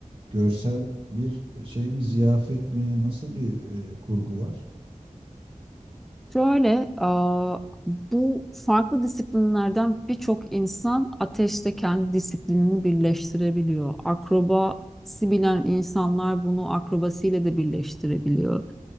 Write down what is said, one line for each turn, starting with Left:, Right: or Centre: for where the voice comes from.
Right: Görsel bir şey mi? Ziyafet mi? Nasıl bir e, kurgu var?
Centre: Şöyle, aa, bu farklı disiplinlerden birçok insan ateşte kendi disiplinini birleştirebiliyor. Akrobasi bilen insanlar bunu akrobasiyle de birleştirebiliyor.